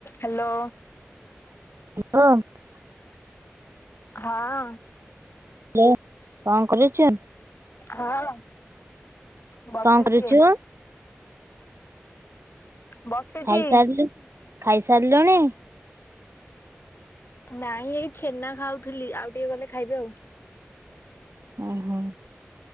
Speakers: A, on the left; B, on the right.
A: Hello.
B: Hello. <unintelligible>
A: ହଁ।
B: Hello କଣ କରୁଚ?
A: ହଁ। ବସିଛି
B: କଣ କରୁଛୁ?
A: ବସିଛି।
B: ଖାଇସାରଲୁ ଖାଇସାରଲୁଣି?
A: ନାଇଁ ଏଇ ଛେନା ଖାଉଥୁଲି ଆଉ ଟିକେ ଗଲେ ଖାଇବି ଆଉ।
B: ହୁଁ ହୁଁ